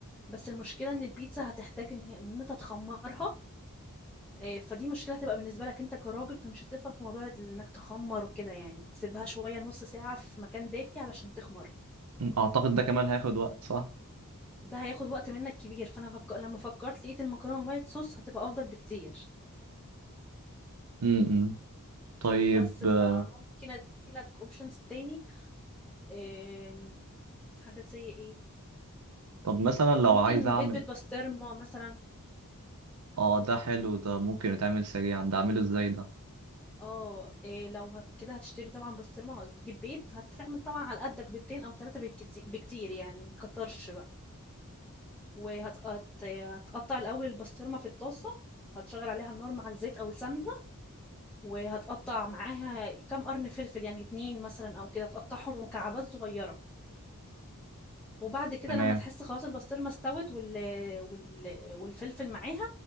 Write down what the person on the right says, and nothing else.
م، أعتقد ده كمان هياخد وقت صح؟
امم طيب
آه،
طب مثلا لو
عايز أعمل
آه ده حلو ده ممكن يتعمل سريعا ده أعمله إزاي ده؟
تمام